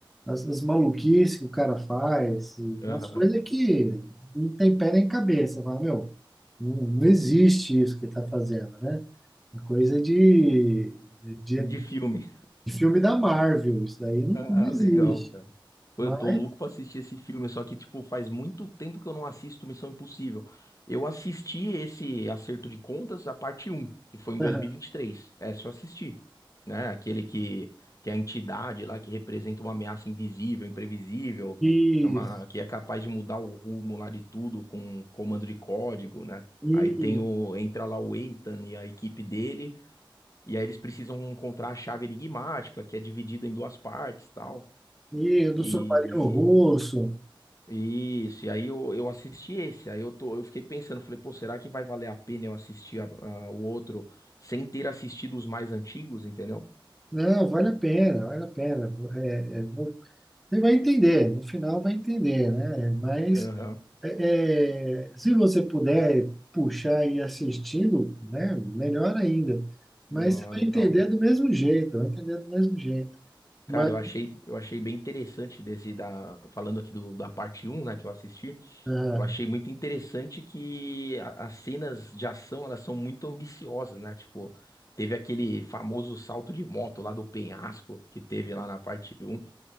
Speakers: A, in the centre; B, on the left.
A: as, as maluquices que o cara faz, e
B: Aham.
A: as coisas que não tem pé nem cabeça. Você Fala, meu, não, não existe isso que ele tá fazendo, né? É coisa de, de,
B: De filme.
A: de filme da Marvel, isso daí não não
B: Ah,
A: existe.
B: legal, cara. Pô,
A: Mas,
B: eu tô louco pra assistir esse filme, só que, tipo, faz muito tempo que eu não assisto Missão Impossível. Eu assisti esse Acerto de Contas, a parte um, que foi em
A: aham,
B: dois mil e e vinte e três. É, se eu assisti, né? Aquele que, que é a entidade lá que representa uma ameaça invisível, imprevisível,
A: isso,
B: é uma, que é capaz de mudar o rumo lá de tudo com comando de código, né?
A: e,
B: Aí tem o, entra lá o Ethan e a equipe dele e aí eles precisam encontrar a chave enigmática, que é dividida em duas partes, tal.
A: e do
B: E
A: submarino russo.
B: isso, e aí eu, eu assisti esse, aí eu tô, eu fiquei pensando, falei, pô, será que vai valer a pena eu assistir a- a- o outro sem ter assistido os mais antigos, entendeu?
A: Não, vale a pena, vale a pena. É, é, você vai entender, no final vai entender, né? Mas
B: Aham.
A: é, é, se você puder puxar e ir assistindo, né, melhor ainda. Mas
B: Ah,
A: você vai
B: Legal.
A: entender do mesmo jeito, vai entender do mesmo jeito.
B: Cara,
A: Mas
B: eu achei, eu achei bem interessante desse da falando aqui do, da parte um, né, que eu assisti.
A: ah,
B: Eu achei muito interessante que a- as cenas de ação, elas são muito ambiciosas, né? Tipo, teve aquele famoso salto de moto lá do penhasco que teve lá na parte um